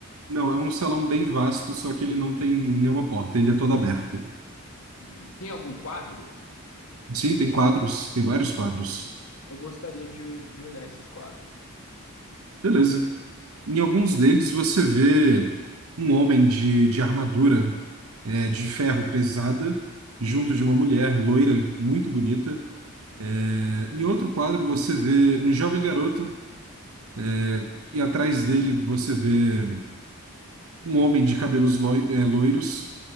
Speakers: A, on the right; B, on the left.
A: Não, é um salão bem vasto, só que ele não tem nenhuma porta, ele é todo aberto.
B: Hum, tem algum quadro?
A: Sim, tem quadros, tem vários quadros.
B: Eu gostaria de, de olhar esses quadros.
A: Beleza. Em alguns deles você vê um homem de, de armadura é, de ferro pesada, junto
B: Uhum.
A: de uma mulher loira, muito bonita. É, Em outro quadro, você vê um jovem garoto, é, e atrás dele você vê um homem de cabelos loi- é, loiros,